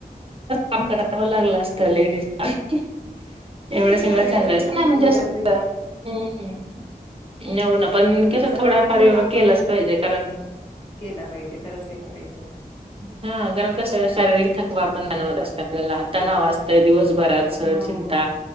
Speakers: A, on the right (about 35°); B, on the left (about 35°).
A: कामं करावं लागलंय असतं लेडीजला. - एवढं
B: तेच
A: सगळं
B: ना लेडीजचं
A: चाललं
B: तेच असतं
A: नाही म्हणजे असं.
B: अगदी
A: - नेऊन पणं
B: म्हणजे
A: कसं
B: सकाळी
A: थोडंफार
B: उठलो
A: योगा
B: ना आपण
A: केलाचं पाहिजे कारणं. -
B: केला पाहिजे खरंच केला पाहिजे
A: हा कारण कस शारीरिक थकवा
B: हम्म.
A: पण जानवत असते आपल्याला हात. - तां नां वाजतंय दिवसभराच
B: हो हो.
A: चिंता